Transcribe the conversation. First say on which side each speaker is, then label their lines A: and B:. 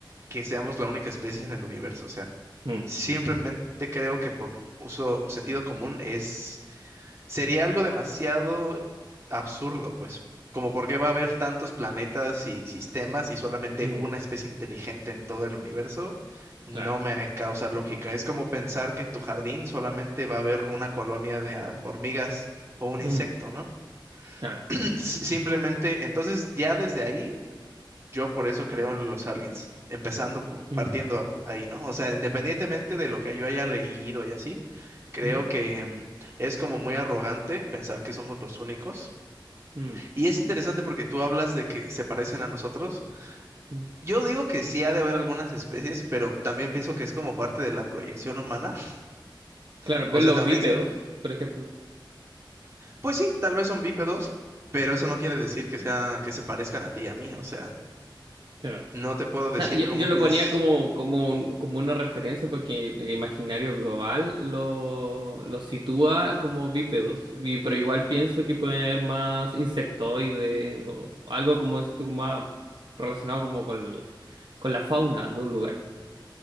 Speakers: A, on the right; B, on the right.
A: que seamos la única especie en el universo. O sea,
B: Mm,
A: simplemente creo que por uso sentido común es, sería algo demasiado absurdo, pues. Como por qué va a haber tantos planetas y sistemas y solamente
B: mm,
A: una especie inteligente en todo el universo, no
B: claro.
A: me causa lógica. Es como pensar que en tu jardín solamente va a haber una colonia de ah, hormigas o un
B: Mm,
A: insecto, ¿no?
B: claro.
A: <clears throat> Simplemente, entonces ya desde ahí, yo por eso creo en los aliens, empezando, por-
B: Mm,
A: partiendo ahí, ¿no? O sea, independientemente de lo que yo haya leído y así, creo
B: mm,
A: que mm, es como muy arrogante pensar que somos los únicos.
B: mm,
A: Y es interesante porque tú hablas de que se parecen a nosotros.
B: mm.
A: Yo digo que sí ha de haber algunas especies, pero también pienso que es como parte de la proyección humana. <laughs>
B: Claro,
A: O
B: ver
A: sea,
B: los
A: también
B: bípedos,
A: se...
B: por ejemplo.
A: Pues sí, tal vez son bípedos, pero eso no quiere decir que sea, que se parezcan a ti y a mí, o sea.
B: claro
A: No te puedo decir
B: sea, yo,
A: cómo
B: yo lo
A: piensas.
B: ponía como, como, un- como una referencia porque el imaginario global lo, lo sitúa como bípedos, y- pero igual pienso que pueden haber más insectoides o algo como decís tú, más relacionado como con, el- con la fauna de un lugar